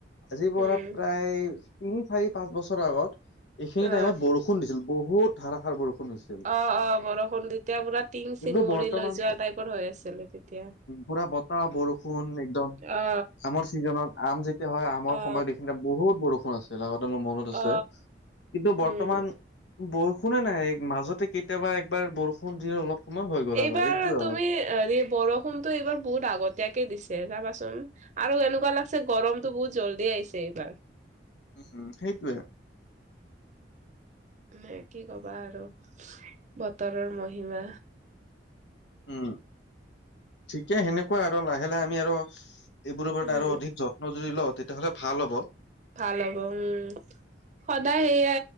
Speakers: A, on the left; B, on the right.
A: আজিৰ পৰা
B: উম
A: প্ৰায় তিনি চাৰি পাঁচ বছৰ আগত এইখিনি
B: অ
A: টাইমত বৰষুণ দিছিল বহুত ধাৰাষাৰ বৰষুণ দিছিল।
B: অ অ বৰষুণ তেতিয়া পুৰা টিং
A: কিন্তু
B: চিং
A: বৰ্তমান
B: উৰি লৈ যোৱা টাইপৰ হৈ আছিলে তেতিয়া
A: পুৰা বতাহ বৰষুণ একদম
B: অ
A: আমৰ ছিজনত আম যেতিয়া হয় আমৰ
B: অ
A: সময়ত এইখিন বহুত বহুত বৰষুণ আছিল আগতে মোৰ মনত
B: অ
A: আছে কিন্তু বৰ্তমান
B: উম
A: বৰষু শুনা নাই মাজতে কেতিয়াবা একবাৰ বৰষুণ দি অলপ সময় হৈ গ'ল
B: এইবাৰ
A: আৰু এইটোয়ে আৰু।
B: তুমি বৰষুণতটো এইবাৰ বহুত আগ আগতিয়াকে দিছে যাবাচোন আৰু এনেকুৱা লাগছে গৰমতটো বহুত জলদি আহিছে এইবাৰ।
A: উম সেইটোৱে।
B: হ কি কবা আৰু বতৰৰ মহিমা।
A: উম ঠিকে সেনেকুৱা আৰু লাহে লাহে আমি আৰু এইবোৰৰ ওপৰত
B: উম
A: আৰু অধিক যত্ন যদি লও তেতিয়াহ'লে ভাল হ'ব।
B: ভাল হ'ব উম। সদায় সেয়ে